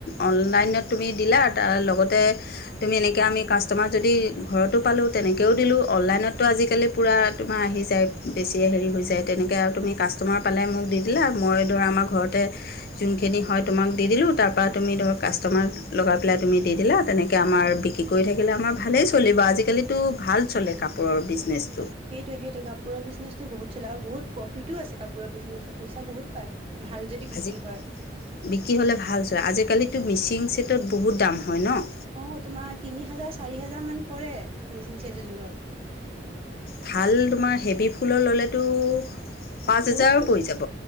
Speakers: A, on the left; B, on the right.
A: অনলাইনত তুমি দিলা তাৰ লগতে। তুমি এনেকে আমি কাষ্টমাৰ যদি ঘৰতো পালোঁ তেনেকেও দিলোঁ অনলাইনতো আজিকালি পুৰা তোমাৰ। আহি যায় বেছিয়ে হেৰি হৈ যায় তেনেকৈ আৰু তুমি কাষ্টমাৰ পালে মোক দি দিলা মই ধৰা আমাৰ ঘৰতে। যোনখিনি হয় তোমাক দি দিলোঁ তাৰপৰা তুমি ধৰ কাষ্টমাৰ লগাই পেলাই তুমি দি দিলা তেনেকে আমাৰ। আৰু বিক্ৰী কৰি থাকিলে আমাৰ ভালেই চলিব আজিকালিতো ভাল চলে কাপোৰৰ বিজনেছ।
B: সেইটো সেইটো কাপোৰৰ বিজনেছটো বহুত চলে আৰু বহুত প্ৰফিটো আছে কাপোৰৰ বিজনেছত পইচা বহুত পায়। ভাল যদি বিক্ৰী
A: আজি
B: হয়
A: বিক্ৰী হ'লে ভাল চলে আজিকালিতো মিচিং চেটত বহুত দাম হয় নহ।
B: অহ তোমাৰ তিনি হাজাৰ চাৰি হাজাৰ মান পৰে মিচিং চেট এযোৰত।
A: ভাল তোমাৰ হেভি ফুলৰ ল'লেতো। পাঁচ হেজাৰো
B: বহুত পৰিব
A: পৰি যাব